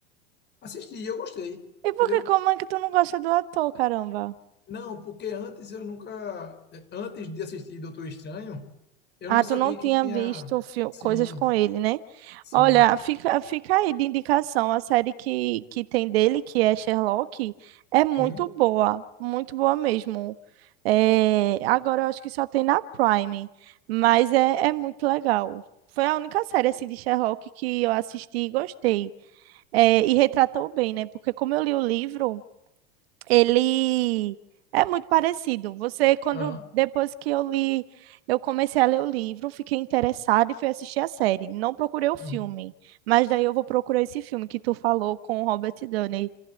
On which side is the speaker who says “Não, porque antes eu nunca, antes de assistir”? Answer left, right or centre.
Left